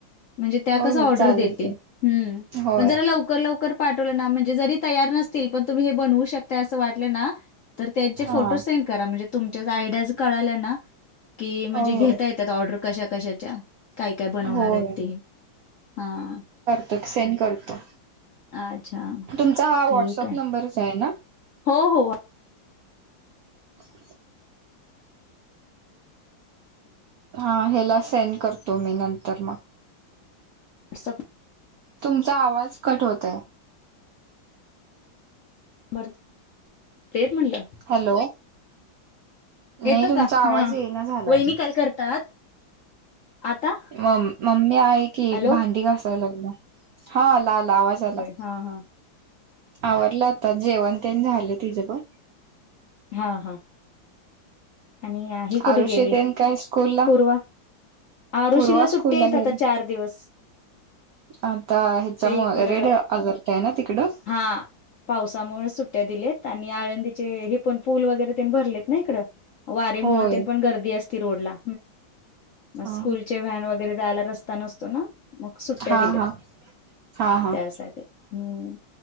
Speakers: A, on the left; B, on the right.
A: म्हणजे त्या कसं
B: होय
A: ऑर्डर
B: चालेल
A: देतील
B: की
A: हं,
B: होय
A: पण जरा लवकर लव खरं पाठवलं ना म्हणजे जरी तयार नसतील, पण तुम्ही हे बनवू शकताय असं वाटलं ना तर त्यांचे फोटो
B: हा
A: सेंड करा म्हणजे तुमच्या आयडियाज कळाल्या ना की म्हणजे
B: होय
A: घेता येतात ऑर्डर कशा कशाच्या. काय काय बनवणार
B: होय
A: आहेत ते, हा.
B: तर सेंड करतो.
A: अच्छा.
B: तुमचा हा
A: ठीक
B: व्हाट्सअप
A: आहे.
B: नंबरच आहे ना?
A: हो हो.
B: <inaudible> हा हेला सेंड करतो मी नंतर मग.
A: <unintelligible>
B: तुमचा आवाज कट होतोय.
A: बर तेेच म्हणलं.
B: हॅलो.
A: येतो
B: नाही तुमचा
A: का? हा.
B: आवाज येईना झालाय
A: वहिनी काय करतात? आता?
B: म मम्मी आहे की
A: हॅलो.
B: भांडी घासाय लागल्या. हा आला आला आवाज आला.
A: हा, हा.
B: आवरलं आता जेवण तेण झालं तिज पण.
A: हा हा. आणि हि कुठे
B: आरुषी
A: गेली
B: तेन काय स्कूल ला
A: पूर्वा? आरूषीला
B: पूर्वा
A: सुट्टी
B: स्कूल
A: आहेत
B: ला गेली
A: आता चार दिवस.
B: आता ह्याच्यामुळं
A: ते इकड
B: रेड अलर्ट आहे ना तिकडं.
A: हा पावसामुळे सुट्ट्या दिल्यात. आणि आळंदीचे हे पण पूल वगैरे तेन भरलेत ना हिकडं. वारीमुळ
B: होय
A: तेन पण गर्दी अस ती रोडला, मग
B: हा
A: स्कूलचे व्हॅन वगैरे जायला रस्ता नसतो ना. मग सुट्ट्या
B: हा
A: दिलेत
B: हा हा हा हा
A: त्यासाठी. हम्म.